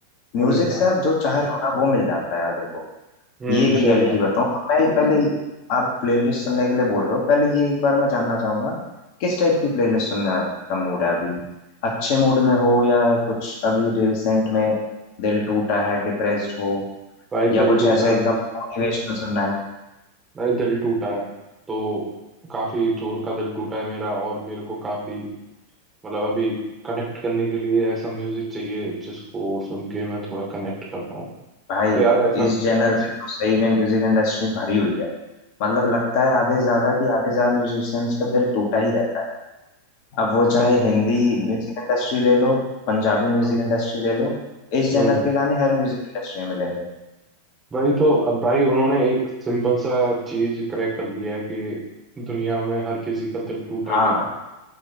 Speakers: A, on the right; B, on the left.
A: अरे
B: म्यूजिक
A: यार
B: से आप जो चाह रहे हो ना वो मिल जाता है यार देखो
A: हम्म
B: ये एक
A: सही
B: रियलिटी
A: बात
B: बताऊं तो मैं ये पहले आप प्लेलिस्ट सुनने के लिए बोल रहे हो पहले ये एक बार मैं जानना चाहूंगा किस टाइप की प्लेलिस्ट सुनने का मूड है अभी अच्छे मूड में हो या कुछ अभी रिसेंट में दिल टूटा है डिप्रेस्ड हो
A: भाई
B: या
A: दिल
B: कुछ
A: टूटा
B: ऐसा
A: है
B: एकदम
A: भाई
B: मोटिवेशनल सुनना है
A: भाई दिल टूटा है तो काफ़ी जोर का दिल टूटा है मेरा और मेरे को काफ़ी मतलब अभी कनेक्ट करने के लिए ऐसा म्यूज़िक चाहिए जिसको सुन के मैं थोड़ा कनेक्ट कर पाऊँ
B: भाई
A: तो यार ऐसा
B: इस जेनर
A: ऐसा-
B: पे तो सही में म्यूजिक इंडस्ट्री भरी हुई है मतलब लगता है आधे से ज्यादा कि आधे से ज्यादा म्यूजिशियंस का दिल टूटा ही रहता है अब वो
A: भाई
B: चाहे हिंदी म्यूजिक इंडस्ट्री ले लो पंजाबी म्यूजिक
A: हम्म
B: इंडस्ट्री ले लो इस जेनर
A: हम्म,
B: के गाने हर म्यूजिक इंडस्ट्री में मिलेंगे
A: भाई तो अब भाई उन्होंने एक सिंपल सा चीज क्रैक कर लिया है कि दुनिया में हर किसी का दिल टूटा ही
B: हाँ
A: है